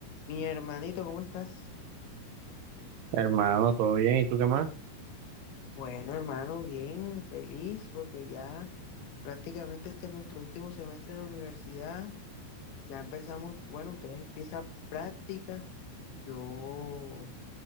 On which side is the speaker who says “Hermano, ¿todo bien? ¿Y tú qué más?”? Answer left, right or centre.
Right